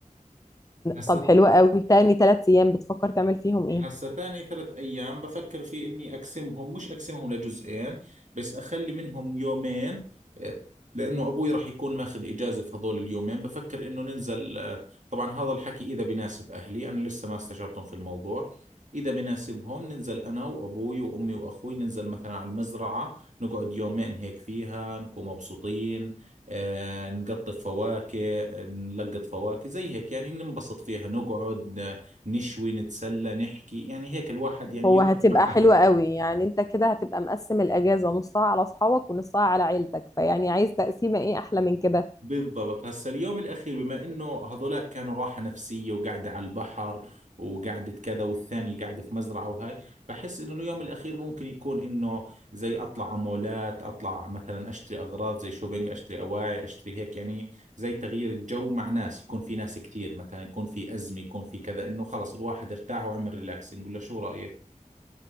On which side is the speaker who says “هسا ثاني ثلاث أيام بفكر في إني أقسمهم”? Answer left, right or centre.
Right